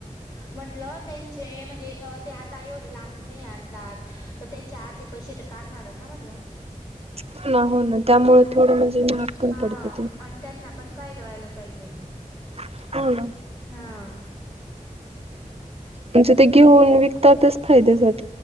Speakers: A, on the left (about 30°); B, on the right (about 45°).
A: म्हंटलं त्यांचे म्हणजे हात एवढ लांबूनी आणतात त्यांच्या आ पैसे का करणार ना म्हटलं
B: हो ना हो ना त्यामुळे थोडं म्हणजे महाग पण
A: हा
B: पडतं ते.
A: आणि त्यांना पण फायदा व्हायला पाहिजे
B: हो ना.
A: हा
B: म्हणजे ते घेऊन विकतातच फायद्यासाठी